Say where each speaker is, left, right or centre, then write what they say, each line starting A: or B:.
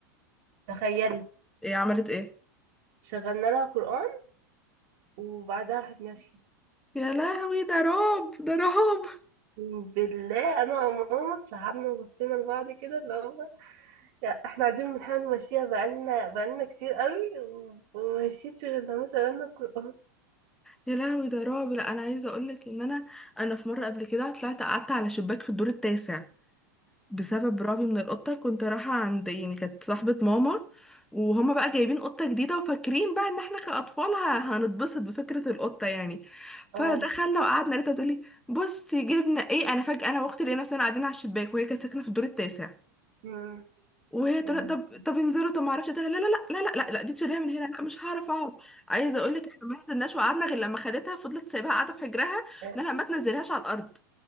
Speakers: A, on the right; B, in the centre.
A: تخيلي
B: ايه عملت ايه
A: شغلنا لها قرآن وبعدها راحت ماشية
B: يا لهوي ده رعب ده رعب
A: بالله انا وماما اترعبنا وبصينا لبعض كده اللي هو لا، احنا قاعدين بنحاول نمشيها بقالنا بقالنا كتير قوي ومشيتش غير لما شغلنا القرآن
B: يا لهوي ده رعب لا انا عايزه اقولك ان انا انا في مره قبل كده طلعت قعدت على شباك في الدور التاسع بسبب رعبي من القطة كنت رايحة عند يعني كانت صاحبة ماما وهما بقى جايبين قطة جديدة وفاكرين بقى ان احنا كأطفال ه- هنتبسط بفكرة القطة يعني
A: اه
B: فدخلنا وقعدنا لقيتها بتقولي بصي جبنا ايه انا فجأة انا واختي لقينا نفسنا قاعدين على الشباك وهي كانت ساكنة في الدور التاسع
A: مم.
B: وهي تقول
A: يعني
B: طب طب انزلوا طب ما اعرفش لا لا لا لا لا لا لا دي تشيليها من هنا لا مش هعرف اقعد عايزه اقول لك احنا ما نزلناش وقعدنا غير لما خدتها فضلت سايباها قاعده في حجرها
A: يا
B: ان انا ما تنزلهاش على الارض